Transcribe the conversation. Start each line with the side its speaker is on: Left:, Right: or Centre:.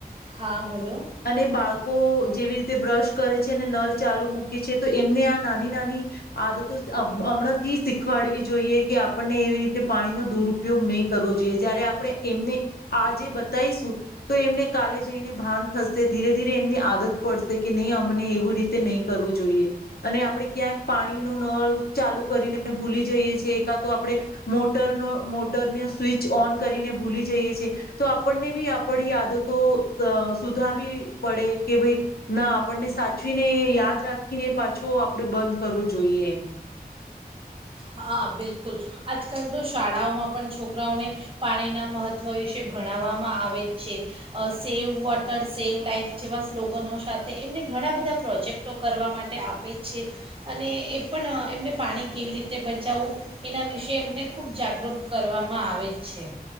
Right: હા બોલો.
Left: અને બાળકો જેવી રીતે બ્રશ કરે છે, અને નલ ચાલુ મૂકી છે, તો એમને આ નાની-નાની આદતો અહ હમણાં થી શીખવાડવી જોઈએ કે આપણને એવી રીતે પાણીનો દુરુપયોગ નહી કરવો જોઈએ. જયારે આપણે એમને આ જે બતાઈશું તો એમને કાલે જઈને ભાન થશ શે, ધીરે-ધીરે એમની આદત પડશે કે નહીં અમને એવું રીતે નહી કરવું જોઈએ, અને આપડે ક્યાંક પાણી નો નળ ચાલુ કરીને ભૂલી જઈએ છીએ કા તો આપણે મોટરનો મોટરનીયો સ્વિચ ઓન કરીને ભૂલી જઈએ છે, તો આપણને બી આપડી આદતો અહ સુધ ધારવી પડે કે ભઈ ના આપણને સાચવીને યાદ રાખીને પાછો આપણે બંધ કરવું જોઈએ.
Right: હા બિલકુલ. આજકાલ તો શાળાઓમાં પણ છોકરાઓને પાણીના મહત્ત્વ વિશે ભણાવવામાં આવે છે. અહ સેવ વોટર સેવ લાઈફ જેવા સ્લોગોનો સાથે એમને ઘણા બધા પ્રોજેક્ટો કરવા માટે આપે છે, અને એ પણ એમને પાણી કેવી રીત બચાવવું એના વિશેે એમને ખૂબ જાગૃત કરવામાં આવે છે.